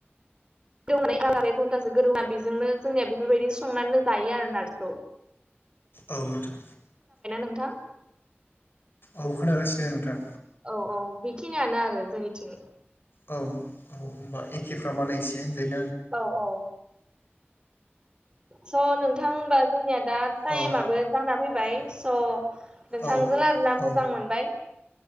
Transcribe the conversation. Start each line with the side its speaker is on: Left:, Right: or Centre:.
Right: व घन्टासो गोदौना बेजोंनो जोंनिया बेफोरबायदि संनानै जायो आरो नार्जिखौ
Left: औ नोंथां
Right: नोंथां
Left: औ खोनागासिनो नोंथां
Right: औ औ बेखिनियानो आरो जोंनिथिं
Left: औ औ होमबा एखेफ्रामानो एसे होनजायो
Right: औ औ स' नोंथां होनबा जोंनिया दा टाइमाबो
Left: औ
Right: जाना फै बाय स' नोंथांजों
Left: औ
Right: रायलायना
Left: औ
Right: मोजां मोनबाय